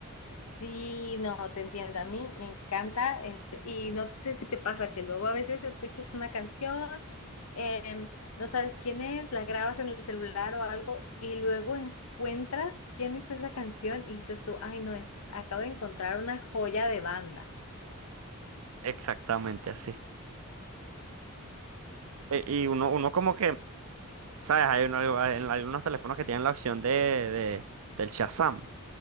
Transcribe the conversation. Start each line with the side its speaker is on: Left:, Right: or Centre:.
Left: Sí, no, te entiendo. A mí me encanta, este, y no sé si te pasa que luego a veces escuchas una canción, em, no sabes quién es, la grabas en el celular o algo, y luego encuentras quién hizo esa canción y dices tú, ay, no, es, acabo de encontrar una joya de banda.
Right: Exactamente así. E- Y uno, uno como que ¿Sabes? Hay uno- en algunos teléfonos que tienen la opción de, de- del Shazam.